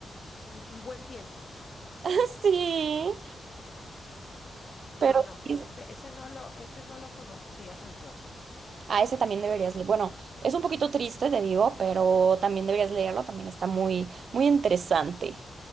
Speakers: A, on the left; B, on the right.
A: un, un buen tiempo.
B: <laughs> Sí,
A: No,
B: pero
A: no,
B: sí,
A: ese, este- ese no lo, ese no lo conocía tampoco.
B: a ese también deberías leer. Bueno, es un poquito triste, te digo, pero también deberías leerlo, también está muy, muy interesante.